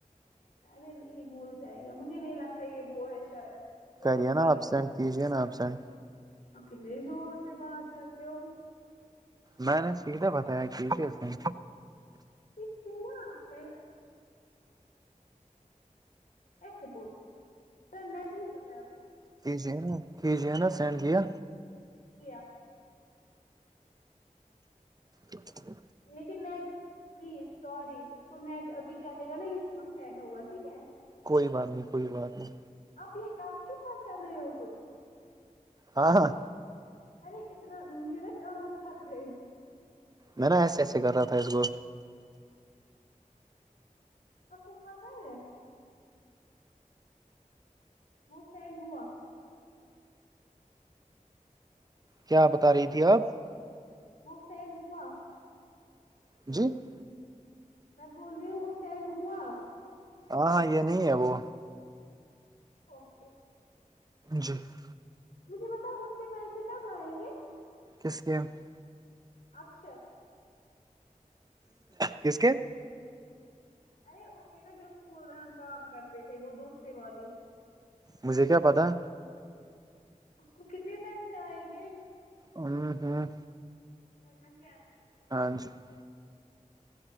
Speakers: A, on the left; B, on the right.
A: ارے نہیں بھول جائے گا مجھے نہیں لگتا یہ وہ ہے شاید رکو
B: کر
A: میں
B: یہ نا
A: بھیجوں
B: اپبسینٹ
A: گی
B: کیج نا ابسینٹ
A: کتنے د سے بات کرتے ہو
B: میں نے سیدھا بتایا کی تی اس میں
A: مجھے نا پ <unintelligible> اب کر <unintelligible>
B: کیجیے نا کیجیے نا سینڈ کیا
A: کیا
B: اچ <unintelligible>
A: لیکن نیٹ پلیز سوری اس کو نیٹ ابھی چلے گا نا یہ خور سینڈ ہوگا ٹھیک ہے
B: کوئی بات نہیں کوئی بات نہیں
A: آپ یہ کف کے ساتھ کر رہے ہو کچھ
B: ہاں ہاں
A: ہینی اتنا یہ نا کاند پھٹ گئی <unintelligible>
B: میں نا ایسے ایسے کر رہا تھا اس کو
A: آپوپا ت ہے <unintelligible> وہ فینڈ ہوا
B: کیا بتا رہی تھی آپ <unintelligible>
A: وہ سین ہوا <unintelligible>
B: جی <unintelligible>
A: میں بول رہی ہوں وہ سینڈ ہوا
B: ہاں ہاں یہ نہیں ہے وہ
A: اوکے <unintelligible>
B: جی <unintelligible>
A: مجھے بتاؤ اس کے پیسے کب آئیں گے
B: کس کے <unintelligible>
A: اکشر <unintelligible>
B: کس کے <unintelligible>
A: ارے اس کے نا جو اسکول میں ہم کام کرتے تھے وہ دوسری والی <unintelligible>
B: مجھے کیا پتا
A: اس کو کتنے پیسے آئیں گے
B: ہوں
A: کرنا کیا <unintelligible>
B: ہاں جی <unintelligible>